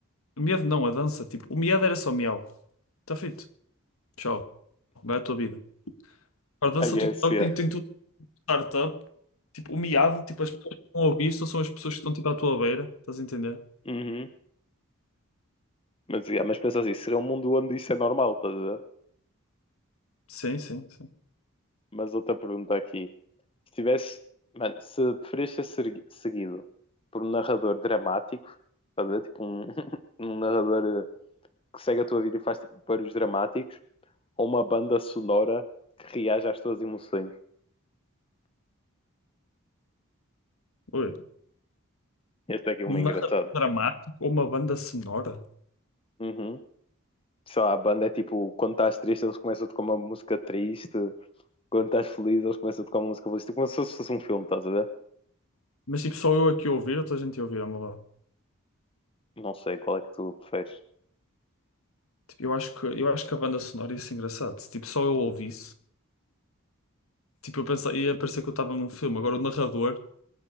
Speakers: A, on the left; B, on the left.
A: o medo não, a dança, tipo, o medo era só miau. Está feito. Tchau. Vai à tua vida. Agora, dança
B: I guess,
A: o TikTok
B: yeah.
A: tem, tem tudo de startup. Tipo, o miado, tipo, as pessoas que estão a ouvir só são as pessoas que estão tipo à tua beira. Estás a entender?
B: Uhum. Mas, yeah, mas pensa assim, seria um mundo onde isso é normal, estás a ver?
A: Sim, sim, sim.
B: Mas outra pergunta aqui. Se tivesse, mano, se preferias ser ser- seguido por um narrador dramático, estás a ver? Tipo um, <laughs> um narrador eh, que segue a tua vida e faz tipo, barulhos dramáticos, ou uma banda sonora que reaja às tuas emoções.
A: Ui.
B: Este aqui é uma
A: Um
B: engraçado.
A: narrador dramático ou uma banda sonora?
B: Uhum. Sei lá, a banda é tipo, quando estás triste, eles começam a tocar uma música triste, quando estás feliz, eles começam a tocar uma música feliz. Tipo, como se fosse um filme, estás a ver?
A: Mas tipo, só eu aqui a ouvir ou toda a gente a ouvir ao meu lado?
B: Não sei qual é que tu preferes.
A: Tipo, eu acho que, eu acho que a banda sonora ia ser engraçado. Se tipo, só eu ouvisse, tipo, eu pensava, ia parecer que eu estava num filme. Agora o narrador.